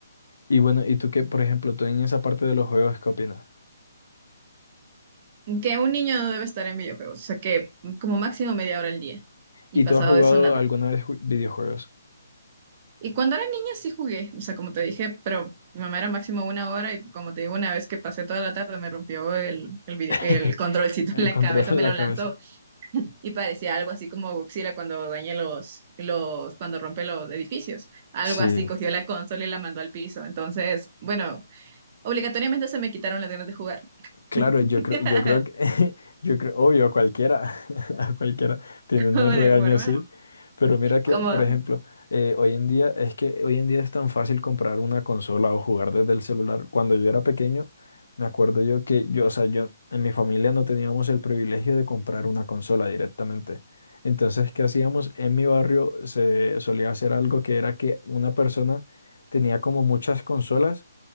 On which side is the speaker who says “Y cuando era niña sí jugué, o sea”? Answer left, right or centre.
Right